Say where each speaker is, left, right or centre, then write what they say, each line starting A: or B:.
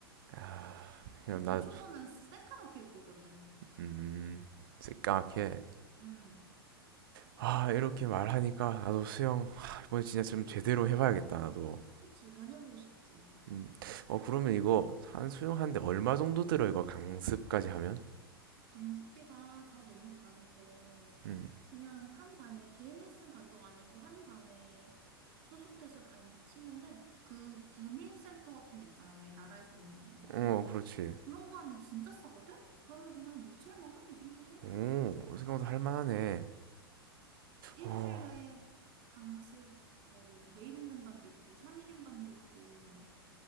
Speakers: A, on the right; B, on the right.
A: 아, 그냥
B: 보통
A: 나,
B: 초보는 새까맣게 입고 오거든.
A: 음, 새까맣게.
B: 응.
A: 아, 이렇게 말하니까 나도 수영, 아, 이번에 진짜 좀 제대로 해봐야겠다, 나도.
B: 그치, 다녀보고 싶지.
A: 음, 어, 그러면 이거 한 수영하는데 얼마 정도 들어, 이거 강습까지 하면?
B: 강습비가 다 너무 다른데,
A: 음,
B: 그냥 한 반에, 개인 레슨 가격 아니고 한 반에 소속돼서 다닌다 치면은 그 구민센터 같은 데 있잖아. 왜 나라에서 운영하는 거.
A: 어, 그렇지.
B: 그런 거 하면 진짜 싸거든? 그러면 그냥 6, 7만 원? 이 정도면
A: 오,
B: 해.
A: 생각보다 할만하네.
B: 일주일에
A: 오,
B: 강습 뭐 매일 있는 반도 있고 3일인 반도 있고 뭐